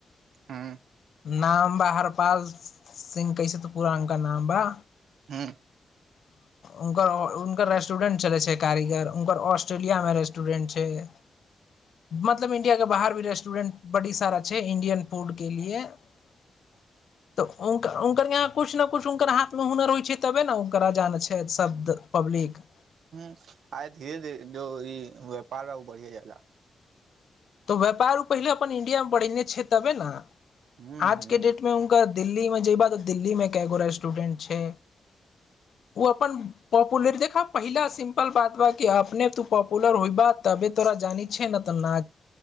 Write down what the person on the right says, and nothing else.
हँ
हँ
आइ धीरे धीरे दो इ व्यापार बढ़िये जाला
हूँ
हूँ